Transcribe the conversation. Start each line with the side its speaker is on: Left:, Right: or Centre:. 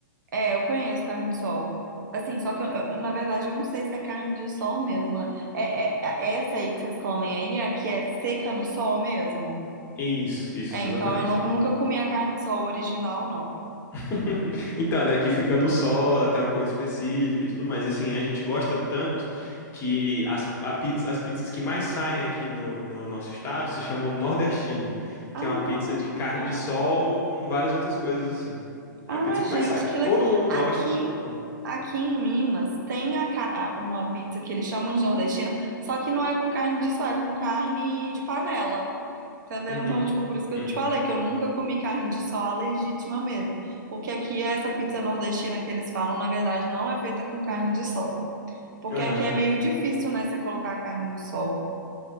Right: É, eu conheço carne de sol. Assim, só que eu- eu- na verdade eu não sei se é carne de sol mesmo, né? É, é- é essa aí que vocês comem aí é a que é seca no sol mesmo?
Left: Isso, isso,
Right: É, então
Left: exatamente.
Right: eu não- nunca comi a carne de sol original, não.
Left: <laughs> Então, a daqui fica no sol, ela tem uma cor específica e tudo mais. E assim, a gente gosta tanto que as, a pizza- as pizzas que mais saem aqui no, no nosso estado se chamam nordestina,
Right: Ah,
Left: que é uma pizza de carne
Right: que legal.
Left: de sol com várias outras coisas assim. É
Right: Ah,
Left: a pizza que
Right: gente,
Left: mais sai.
Right: que legal.
Left: Todo mundo gosta,
Right: Aqui,
Left: todo mundo come.
Right: aqui em Minas tem a ca- a- uma pizza que eles chamam de nordestina, só que não é com carne de sol, é com carne de panela. Entendeu?
Left: Uhum.
Right: Então, tipo, por isso que
Left: Uhum.
Right: eu te falei que eu nunca comi carne de sol a legítima mesmo. Porque aqui essa pizza nordestina que eles falam, na verdade, não é feita com carne de sol. Porque
Left: Aham.
Right: aqui é meio difícil, né, você colocar a carne no sol.